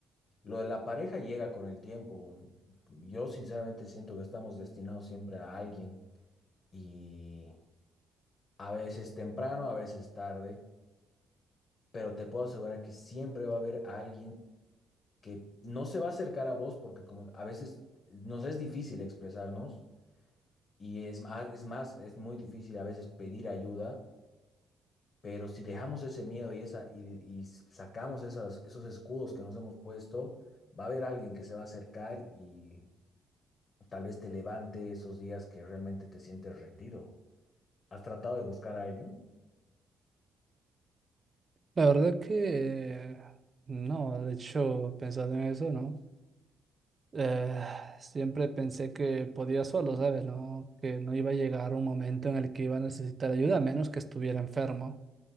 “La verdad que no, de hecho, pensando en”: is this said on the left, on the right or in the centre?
Right